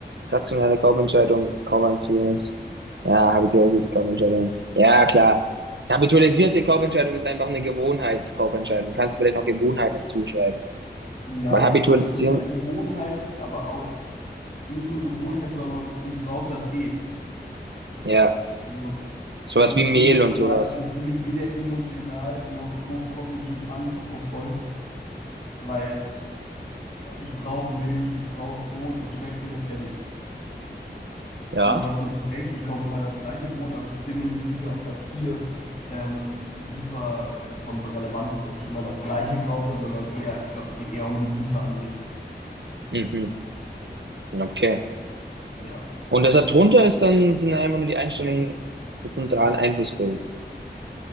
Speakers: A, on the right; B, on the left.
A: Rationale Kaufentscheidung, Kaufempfehlung. Ja, habitualisierte Kaufentscheidung. Ja, klar. Habitualisierte Kaufentscheidung ist einfach eine Gewohnheitskaufentscheidung. Kannst du vielleicht noch Gewohnheit hinzuschreiben?
B: Ja,
A: Weil habitualisieren,
B: also entweder Gewohnheit, aber auch nicht nur Gewohnheit, sondern ich brauche das eh.
A: ja,
B: Also
A: sowas
B: es ist
A: wie Mehl
B: für mich
A: und
B: total,
A: sowas.
B: es ist für mich weder emotional noch hochkognitiv anspruchsvoll, weil ich brauche Milch, ich brauche Brot, das schmeckt mir fertig.
A: Ja.
B: Und du hast total recht, ich kaufe immer das gleiche Brot, aber ich bin mir nicht sicher, ob das hier ähm, super äh, von Relevanz ist, ob ich immer das gleiche kaufe, sondern eher, ich glaube, es geht eher um die Güter an sich.
A: Mhm. Okay.
B: Ja,
A: Und das da drunter ist dann, sind dann einfach nur die Einstellungen der zentralen Einflussbösen.